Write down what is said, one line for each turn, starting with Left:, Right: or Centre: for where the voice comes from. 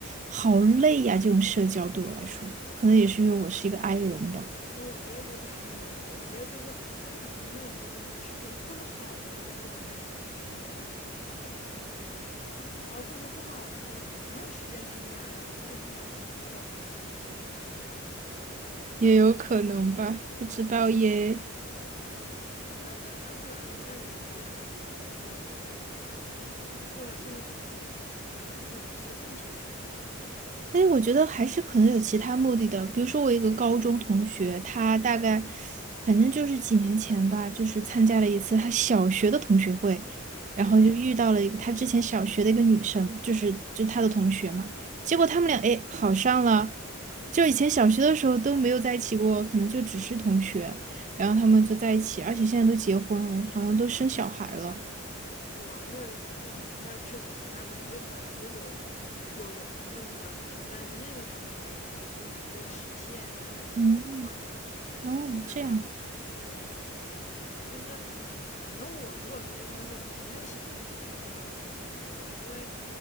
Right: 好累呀、这种社交对我来说，可能也是因为我是一个 i 人吧，
Left: 因为我觉得就 <laughs> 也我我我觉得就是就是可能是那种就是就混得好的，他就特别乐意参加同学聚会、朋友聚会，然后混得不好的，就是哪有时间参加呀？都这都去忙工作、忙生活去了。
Right: 也有可能吧，不知道耶。
Left: 嗯，那那那那不然，那你说为啥他要去参加就是这些，或者甚至是组织参组织并且参加？
Right: 哎，我觉得还是可能有其他目的的。比如说，我一个高中同学，他大概反正就是几年前吧，就是参加了一次他小学的同学会，然后就遇到了一个他之前小学的一个女生，就是就他的同学嘛。结果他们俩哎好上了，就以前小学的时候都没有在一起过，可能就只是同学，然后他们就在一起，而且现在都结婚了，好像都生小孩了。
Left: 哇，那啊、那确实是，他可能就是本来就有有缘分的，然后但是那个时候没能够实现，但是缘分没断，
Right: 嗯，哦，这样。
Left: 这还比较有意思，我觉得就是，反正我如果是就是那种我不太喜欢参加同学聚会，因为